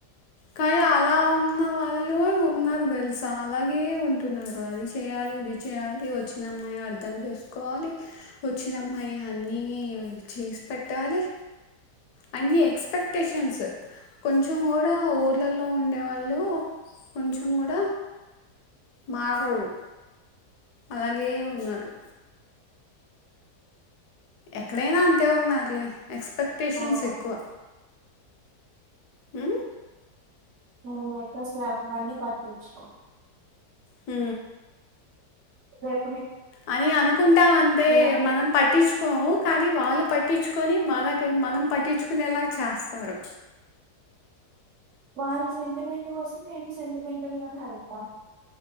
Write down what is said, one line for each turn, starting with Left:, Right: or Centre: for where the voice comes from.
Left: కని అలా ఉన్న వాళ్ళు ఉన్న తెలుసా అలాగే ఉంటున్నారు అది చేయాలి ఇది చేయాలి వచ్చిన అమ్మాయి అర్థం చేసుకోవాలి వచ్చినమ్మాయి అన్ని చేసి పెట్టాలి అన్ని ఎక్స్పెక్టేషన్స్ కొంచెం గుడ ఊర్లల్లో ఉండేవాళ్ళు కొంచెం గుడ మారరు అలాగే ఉన్నారు ఎక్కడైన అంతే ఉన్నారులే ఎక్స్పెక్టేషన్స్
Right: ఆ
Left: ఎక్కువ హు
Right: నువ్వు మాత్రం <unintelligible> పటిచుకో
Left: హు
Right: రే
Left: అని అనుకుంటామంతే
Right: అన్
Left: మనం పట్టించుకోము కానీ వాళ్ళు పట్టించుకొని మనకై మనం పట్టించుకునేలగ చేస్తారు
Right: వాళ్ళ సెంటిమెంట్ కోసం నేను సెంటిమెంటల్ గానే ఏళ్తా